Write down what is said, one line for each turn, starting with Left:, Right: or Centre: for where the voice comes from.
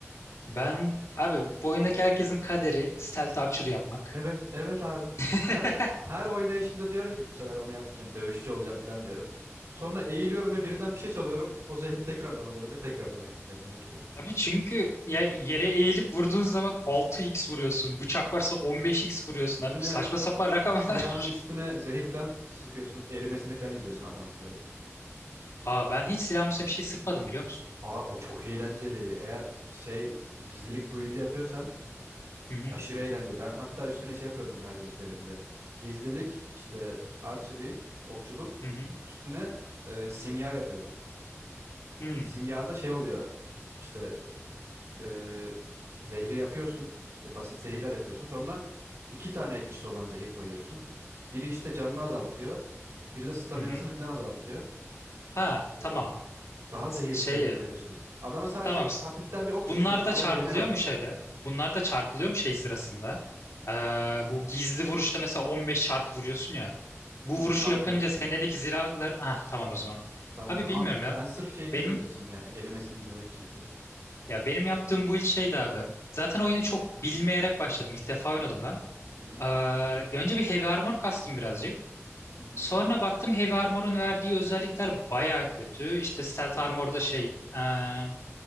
Left: ben abi bu oyundaki herkesin kaderi stealth archer yapmak.
Right: Evet, evet abi.
Left: <laughs>
Right: Her her oynayışımda diyorum ki bu sefer bunu yapmayacağım. Dövüşçü olacağım falan diyorum. Sonra eğiliyorum ve birinden bir şey çalıyorum. O zehri tekrardan alıyorum ve tekrardan aynısını yapmaya başlıyorum.
Left: Abi çünkü ya yere eğilip vurduğun zaman altı x vuruyorsun. Bıçak varsa on beş x vuruyorsun.
Right: Üstüne
Left: Abi saçma sapan rakamlar.
Right: silahının üstüne zehir falan sıkıyorsun. Erimesini falan izliyorsun adamın böyle.
Left: <laughs> Aa ben hiç silahımın üstüne bir şey sıkmadım biliyor musun?
Right: Aa o çok eğlenceli. Eğer şey gizlilik build'i yapıyorsan
Left: Hı hı
Right: Aşırı eğlence. Ben hatta üstüne şey yapıyordum her seferinde. Gizlilik, işte archery, okçuluk.
Left: hı hı
Right: Üstüne e, simya yapıyordum.
Left: hı
Right: Simyada şey oluyor. İşte e, zehri yapıyorsun. İşte basit zehirler yapıyorsun. Sonra iki tane etkisi olan zehir koyuyorsun. Biri işte canını azaltıyor. Biri de staminasını
Left: hı. hı.
Right: falan azaltıyor.
Left: Ha
Right: Ee,
Left: tamam.
Right: daha zehirli
Left: Şey
Right: şeyler koyuyorsun. Adama sadece
Left: Tamam.
Right: hafiften bir ok
Left: Bunlar
Right: sıkıyorsun.
Left: da
Right: Adam
Left: çarpılıyor
Right: erimeye başlıyor.
Left: mu şöyle? Bunlar da çarpılıyor mu şey sırasında? Ee, bu gizli vuruşta mesela 15 çarpı vuruyorsun ya. Bu
Right: Hmm,
Left: vuruşu
Right: sanmıyorum.
Left: yapınca senelik ziralar... Ah tamam o zaman.
Right: Sanmıyorum
Left: Abi bilmiyorum
Right: ama
Left: ya.
Right: ben sırf şeyini
Left: Benim
Right: izlemek için yani erimesini izlemek için yapıyordum.
Left: ya benim yaptığım bu ilk şeydi abi. Zaten oyunu çok bilmeyerek başladım. İlk defa oynadım ben.
Right: Hı hı.
Left: Ee, önce bir Heavy Armor kastım birazcık.
Right: Hı hı.
Left: Sonra baktım Heavy Armor'un verdiği özellikler baya kötü. İşte Stealth Armor'da şey... ee,